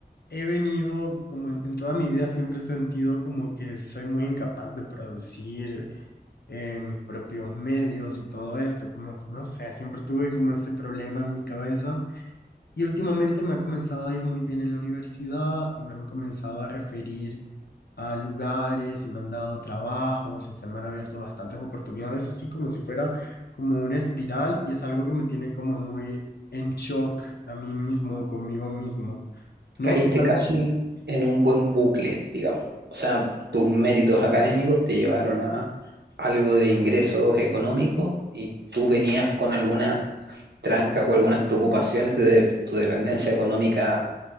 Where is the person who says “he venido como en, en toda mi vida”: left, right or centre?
Left